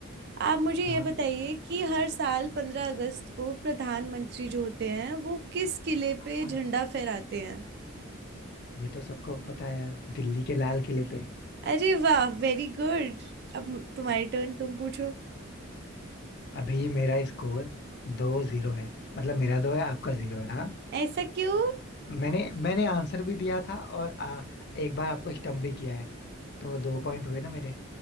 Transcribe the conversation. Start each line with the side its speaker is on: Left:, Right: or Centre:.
Right: आप मुझे
Left: हाँ
Right: ये बताइए कि हर साल पंद्रह अगस्त को प्रधानमंत्री जो होते हैं वो किस किले
Left: हाँ
Right: पे झंडा फहराते हैं
Left: ये तो सबको पता है यार दिल्ली के लाल किले पे
Right: अरे वाह वेरी गुड अब तुम्हारी टर्न तुम पूछो
Left: अभी मेरा स्कोर दो जीरो है मतलब मेरा दो है आपका जीरो है हाँ
Right: ऐसा क्यों
Left: मैंने मैंने आंसर भी दिया था और आ, एक बार आपको स्टम्प भी किया है तो दो पॉइंट हुए ना मेरे